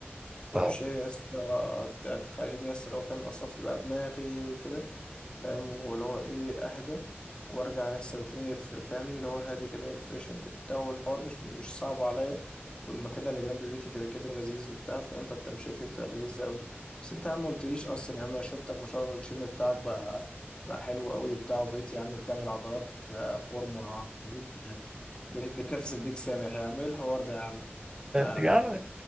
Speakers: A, on the right; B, on the left.
A: ف
B: طب
A: <laughs>
B: شيء يا اسطى ت- تخليني يا اسطى لو فاهم اصفي بقى دماغي كده فاهم واللي هو ايه اهدى وارجع يا اسطى بتلاقيني ف- فاهم اللي هو هادي كده وريفريشنج وبتاع والحوار مش مش صعب عليا والمكان اللي جنب بيتي كده كده لذيذ وبتاع فاهم فانت مش شايفه بتبقى لذيذ قوي بس انت يا عم ما قلتليش اصلا يا عم انا شفتك ما شاء الله الجيم بتاعك بقى بقى حلو قوي وبتاع وبقيت يا عم بتعمل عضلات آه، فورمه مميتة يعني بقيت بتنافس البيك سامح يا عم ايه الحوار ده يا عم ما
A: يا عم